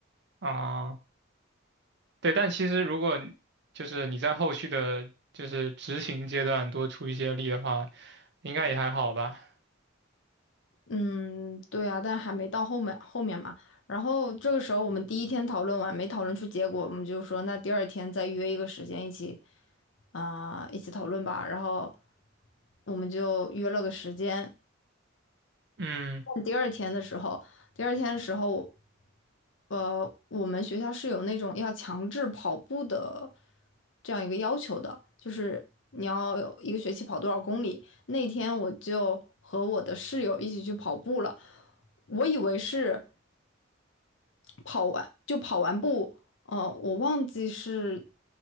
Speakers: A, on the right (about 60°); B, on the left (about 70°).
A: 啊。对，但其实如果你就是你在后续的，就是执行阶段多出一些力的话，应该也还好吧。
B: 嗯，对啊，但还没到后面后面嘛。然后这个时候我们第一天讨论完，没讨论出结果，我们就说那第二天再约一个时间一起啊、一起讨论吧。然后我们就约了个时间。
A: 嗯，
B: 但第二天的时候，第二天的时候，呃，我们学校是有那种要强制跑步的这样一个要求的，就是你要有一个学期跑多少公里。那天我就和我的室友一起去跑步了。我以为是跑完就跑完步，呃，我忘记是，